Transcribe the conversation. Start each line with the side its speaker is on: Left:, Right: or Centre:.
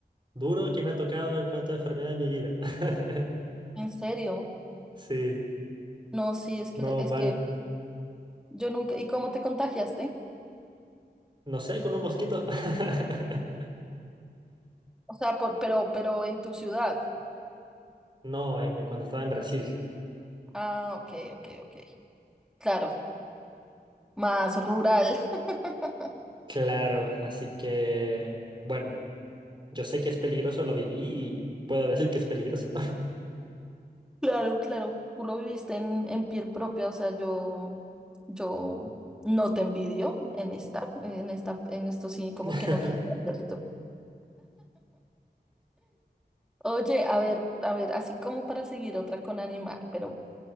Right: duro que me ha tocado en cuanto a enfermedad de mi vida. <laughs>
Centre: En serio.
Right: Sí,
Centre: No, sí, es que
Right: no
Centre: es
Right: mal.
Centre: que yo nunca. ¿Y cómo te contagiaste?
Right: No sé, con un mosquito. <laughs>
Centre: O sea, por, pero, pero en tu ciudad.
Right: No, em, cuando estaba en Brasil.
Centre: Ah, ok, ok, ok. Claro, más rural. <laughs>
Right: Claro, así que, bueno, yo sé que es peligroso, lo viví y puedo decir que es peligroso.
Centre: Claro, claro. Tú lo viviste en, en piel propia, o sea, yo, yo no te envidio en esta, en esta, en esto sí, como
Right: <laughs>
Centre: que no quise hacer Oye, a ver, a ver, así como para seguir otra con animal, pero